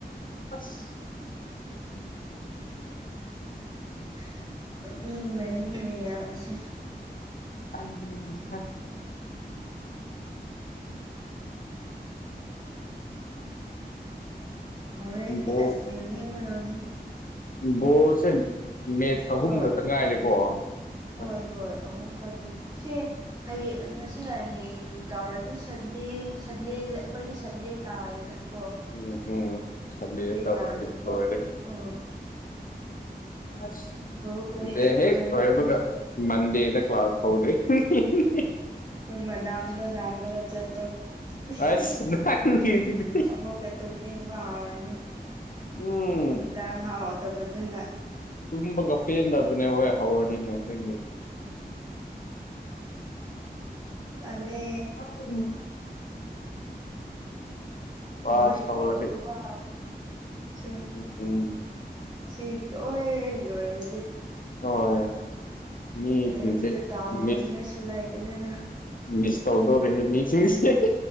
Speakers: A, on the left (about 55°); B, on the right (about 25°).
A: ꯑꯁ
B: <unintelligible> ꯅꯤꯡꯕꯅꯤ ꯃꯤ ꯃꯌꯥꯝꯁꯦ
A: <unintelligible>
B: ꯍꯣꯔꯦꯟꯒꯤ
A: ꯕꯣꯜ
B: ꯑꯁ ꯌꯦꯡꯅꯤꯡꯕ ꯂꯣꯏꯌꯦ
A: ꯕꯣꯜꯁꯦ ꯃꯦꯠꯆ ꯑꯍꯨꯝ
B: ꯍꯣꯏ
A: ꯈꯛꯇ ꯉꯥꯏꯔꯦꯀꯣ
B: ꯍꯣꯏ
A: ꯑꯁ
B: ꯍꯣꯏ ꯑꯍꯨꯝ ꯈꯛꯅꯦ ꯁꯤ ꯍꯌꯦꯡ ꯉꯁꯤꯒ ꯍꯌꯦꯡ ꯇꯧꯔꯗꯤ ꯁꯟꯗꯦ ꯁꯟꯗꯦꯗ ꯑꯩꯈꯣꯏꯗꯤ ꯁꯟꯗꯦ ꯇꯥꯔꯦꯗ ꯀꯣ
A: ꯎꯝ ꯎꯝ ꯁꯟꯗꯦꯗ
B: ꯗꯦ
A: ꯇꯧꯔꯗꯤ
B: ꯇꯥꯒꯅꯤꯀꯣ
A: ꯂꯣꯏꯔꯦ
B: ꯑꯣ
A: ꯑꯁ
B: ꯕꯣꯜꯒ
A: ꯁꯟꯗꯦ ꯍꯦꯛ
B: ꯂꯣꯏꯔꯒ
A: ꯂꯣꯏꯕꯒ ꯃꯟꯗꯦꯗ ꯀ꯭ꯂꯥꯁ ꯍꯧꯗꯣꯏ <unintelligible>
B: ꯃꯅꯥꯝꯗ ꯅꯥꯝꯔꯒ ꯆꯠꯂꯣ <unintelligible>
A: ꯑꯁ ꯅꯪꯒꯤꯁꯤꯗꯤ
B: ꯑꯃꯨꯛꯀ ꯇꯨꯝꯅꯤꯡꯕ ꯍꯥꯎꯔꯅꯤ
A: ꯎꯝ
B: ꯏꯟꯖꯥꯡ ꯍꯥꯎꯇꯕꯗꯗꯨꯅ
A: ꯇꯨꯝꯕꯒ ꯄꯦꯟꯗꯕꯅꯦ ꯍꯣꯏ ꯍꯧꯔꯅꯤ <unintelligible>
B: ꯇꯜꯂꯦ
A: <unintelligible> ꯀ꯭ꯂꯥꯁ
B: ꯕꯣꯔꯤꯡꯒ
A: ꯍꯧꯔꯗꯤ
B: ꯆꯨꯕ <unintelligible>
A: ꯎꯝ
B: ꯁꯤ ꯂꯣꯏ ꯂꯣꯏꯔꯗꯤ
A: <unintelligible> ꯃꯤꯁꯤꯡꯁꯦ
B: ꯑꯣꯔꯦꯝꯇ ꯇꯥꯎꯅꯤꯡꯉꯥꯏꯁꯨ
A: ꯃꯤꯁ
B: ꯂꯩꯥꯏꯇꯦꯗꯅ
A: ꯃꯤꯁ ꯇꯧꯗꯣꯔꯦꯍꯦ ꯃꯤꯁꯨ ꯏꯁ <unintelligible>